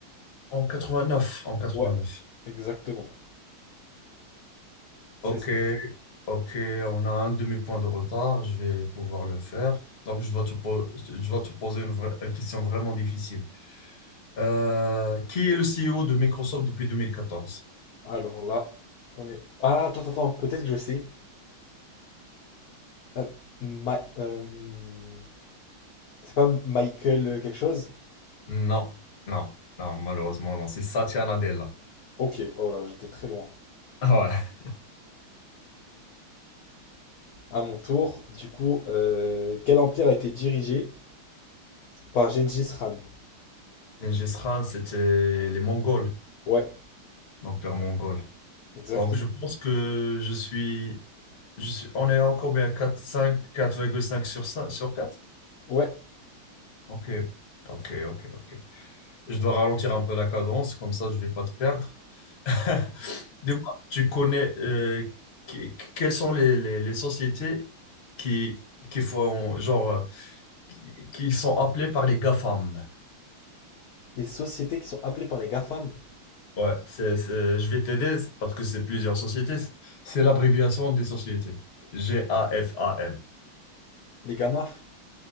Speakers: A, on the left; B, on the left.
A: en 89, en
B: Ouais,
A: neuf
B: exactement. C'est
A: Ok.
B: ça.
A: Ok, on a un demi-point de retard, je vais pouvoir le faire. Donc, je dois te, po- je dois te poser une, vraie- une question vraiment difficile. Euh, qui est le CEO de Microsoft depuis 2014?
B: Alors là, j'en ai... Ah, attends, attends, attends, peut-être que je sais. Euh, Ma- euh, C'est pas Michael euh, quelque chose?
A: Non, non, non, malheureusement, non. C'est Satya Nadella. <laughs>
B: Ok, oh là, j'étais très loin.
A: Ah Ouais.
B: À mon tour, du coup, euh, quel empire a été dirigé par Gengis Khan?
A: Gengis Khan, c'était les Mongols,
B: Ouais.
A: l'empire mongol.
B: Exactement.
A: Donc, je pense que je suis, je suis, on est encore bien à 4, 5, 4,5 sur 5, sur 4?
B: Ouais.
A: Ok, ok, ok, ok. Je dois ralentir un peu la cadence, comme ça, je vais pas te perdre. <laughs> Dis-moi, tu connais euh, que- quelles sont les, les, les sociétés qui, qui font genre euh, qui, qui sont appelées par les GAFAM.
B: Les sociétés qui sont appelées par les GAFAM,
A: Ouais, c'est, c'est- je vais t'aider parce que c'est plusieurs sociétés. C'est l'abréviation des sociétés. G-A-F-A-M.
B: les GAMAF.